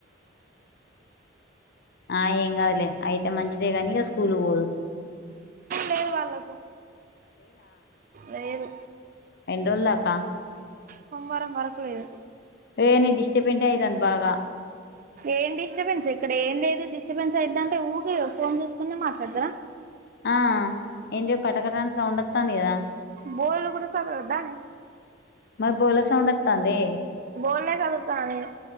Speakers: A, on the left (about 55°); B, on the right (about 45°).
A: ఆ ఏం కాదులే అయితే మంచిదే కాని ఇక స్కూల్ పోదు.
B: లేదు వాళ్ళకు లేదు
A: ఎంద్రోల్ధక
B: సోమ్వారం పరకులేదు
A: ఇే డిస్టర్బంటట్ యతు అంద బాగా.
B: ఏం డిస్టర్బెన్స్ ఇక్కడ ఏం లేదు డిస్టర్బెన్స్ అవుందంటే ఊగి ఫోన్ చూసుకునే మాట్లాడతారా.
A: ఆ ఎడి కటకటన్ సౌండ తాంకథ
B: బోల్ కూడా సదుద్దానే
A: మరి బోల సౌంండ త అందిే
B: బెల్ళ్లే చదురుతానని